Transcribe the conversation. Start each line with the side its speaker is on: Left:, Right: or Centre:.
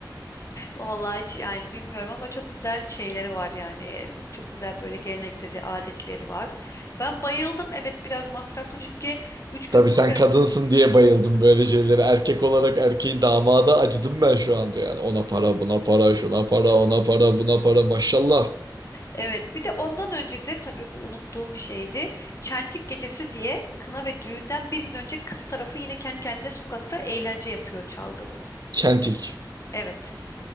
Left: Vallahi hiç yani bilmiyorum ama çok güzel şeyleri var yani. E, Çok güzel böyle gelenekleri, adetleri var. Ben bayıldım. Evet biraz masraflı çünkü 3
Right: <laughs>
Left: gün
Right: Tabii
Left: boyunca
Right: sen kadınsın diye bayıldım böyle şeylere. Erkek olarak erkeğin damada acıdım ben şu anda yani. Ona para, buna para, şuna para, ona para, buna para. Maşallah.
Left: Evet, bir de ondan önce de tabii bu unuttuğum bir şeydi. Çentik gecesi diye kına ve düğünden bir gün önce kız tarafı yine kendi kendine sokakta eğlence yapıyor çalgılı.
Right: Çentik.
Left: Evet.